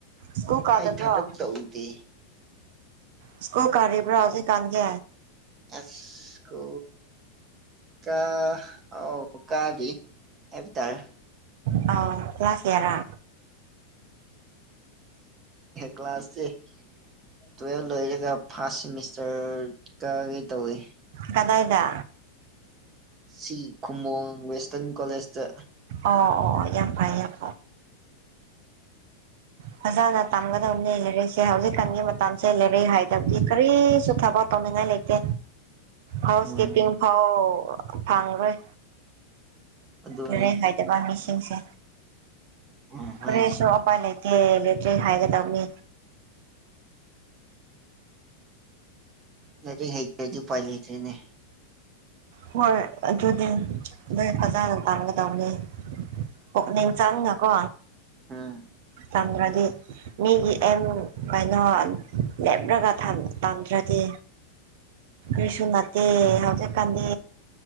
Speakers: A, on the right; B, on the right.
A: ꯁꯀꯨꯜ ꯀꯗꯕ꯭ꯔꯣ
B: ꯑꯩ ꯊꯕꯛ ꯇꯧꯗꯦ
A: ꯏꯁꯀꯜ ꯀꯔꯤꯕ꯭ꯔ ꯍꯧꯒꯤꯛ ꯀꯥꯟꯗꯤ
B: ꯑꯦꯁꯀꯨ ꯀꯥ ꯑꯣ ꯀꯥꯕꯤ ꯍꯥꯏꯕ ꯇꯔ
A: ꯑ ꯀ꯭ꯂꯥꯁ ꯏꯌꯥꯔꯥ
B: ꯀ꯭ꯂꯥꯁꯁꯦ ꯇꯨꯋ ꯂꯣꯏꯒꯦ ꯆ ꯐꯥꯔꯁ ꯁꯦꯃꯤꯁꯇꯔ ꯀꯒ ꯇꯧꯋꯦ
A: ꯀꯗꯥꯏꯗ
B: ꯁꯤ ꯈꯨꯝꯃꯣꯡ ꯋꯦꯁꯇꯔꯟ ꯀꯣꯂꯦꯖꯇ
A: ꯑꯣ ꯑꯣ ꯑꯣ ꯌꯥꯝ ꯐꯥꯏꯌꯦꯦ ꯌꯥꯝ ꯐꯖꯅ ꯇꯝꯒꯗꯕꯅꯤ ꯂꯩꯥꯏꯔꯛꯁꯦ ꯍꯧꯖꯤꯛꯀꯥꯟꯒꯤ ꯃꯇꯝꯁꯦ ꯂꯩꯔꯛ ꯍꯥꯏꯗꯕꯗꯤ ꯀꯔꯤꯁꯨ ꯊꯕꯛ ꯇꯧꯅꯤꯡꯉꯥꯏ ꯂꯩꯇꯦ ꯍꯥꯎꯁ
B: ꯎꯝ
A: ꯀꯤꯞꯄꯤꯡ ꯐꯥꯎ ꯐꯪꯈꯔꯣꯏ
B: ꯑꯗꯨꯅꯦ
A: ꯂꯨꯔꯦꯟ ꯍꯥꯏꯥꯏꯗꯕ ꯃꯤꯁꯤꯡꯁꯦ
B: ꯎꯝ ꯃꯥꯅꯦ
A: ꯈꯔꯦꯁꯨ ꯑꯄꯥꯏ ꯂꯩꯇꯦ ꯂꯩꯇ꯭ꯔꯦ ꯍꯥꯏꯒꯗꯕꯅꯤ
B: ꯑꯗꯨ ꯍꯗꯤ ꯄꯥꯏꯂꯤꯇꯅꯦ
A: ꯍꯣꯏ ꯑꯗꯨꯗꯤ
B: ꯎ
A: ꯑꯗꯨ ꯀꯗ ꯇꯥꯡꯒ ꯇꯧꯅꯤ ꯄꯨꯛꯅꯤꯡ ꯆꯪꯉꯀꯣ
B: ꯎꯝ
A: ꯆꯪꯗ꯭ꯔꯗꯤ ꯃꯤꯒꯤ ꯑꯦꯝ ꯀꯩꯅꯣ ꯂꯦꯞꯂꯒ ꯇꯝꯗ꯭ꯔꯗꯤ ꯔꯤꯁꯅꯥꯇ ꯍꯧꯥꯎꯖꯤ ꯀꯥꯟꯗ